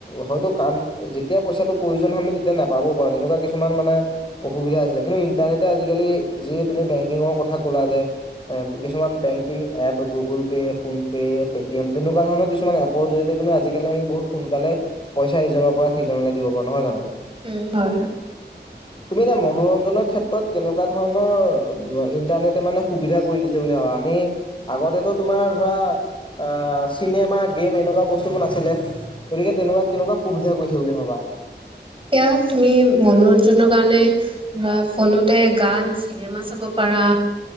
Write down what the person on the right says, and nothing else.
উম, হয়, হয়।
<inaudible> সেয়া তুমি মনোৰঞ্জনৰ কাৰণে ধৰা ফোনতে গান চিনেমা চাব পা পাৰা।